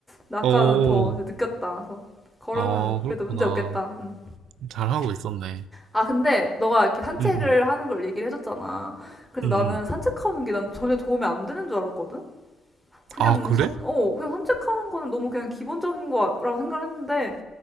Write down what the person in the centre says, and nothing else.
나 아까는
더 느꼈다 그래서 걸음은
그래도
문제 없겠다 음.
아, 근데 너가 이렇게 산책을
하는 걸 얘기를 해줬잖아. 그래서
나는 산책하는 게 난 전혀 도움이 안 되는 줄 알았거든? 그냥
산, 어, 그냥 산책하는 거는 너무 그냥 기본적인 거라고 생각을 했는데,